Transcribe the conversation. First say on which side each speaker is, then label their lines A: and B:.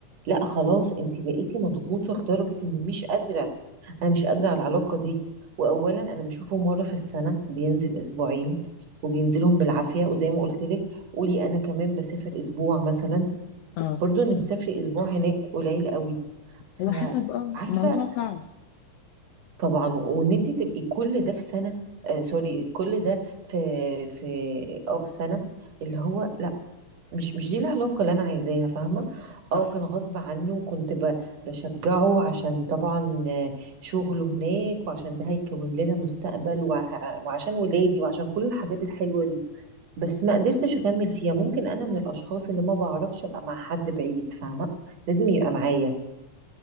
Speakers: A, on the right; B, on the left.
A: لا خلاص انت بقيتي مضغوطه لدرجه اني مش قادره انا مش قادره على العلاقه دي واولا انا بشوفه مره في السنه بينزل اسبوعين وبينزلهم بالعافيه وزي ما قلت لك قولي انا كمان بسافر اسبوع مثلا
B: اه
A: برضو انك تسافري اسبوع هناك قليل قوي فعارفه
B: هو حسب اه موضوع صعب
A: طبعا وان انت تبقي كل ده في سنه آه سوري كل ده في في اه في سنه اللي هو لا مش مش دي العلاقه اللي انا عايزاها فاهمه اه
B: صح
A: كان غصب عنه وكنت ب- بشجعه عشان طبعا آه، شغله هناك وعشان ده هيكون لنا مستقبل وه- وعشان ولادي وعشان كل الحاجات الحلوه دي بس ما قدرتش اكمل فيها ممكن انا من الاشخاص اللي ما بعرفش ابقى مع حد بعيد فاهمه لازم يبقى معايا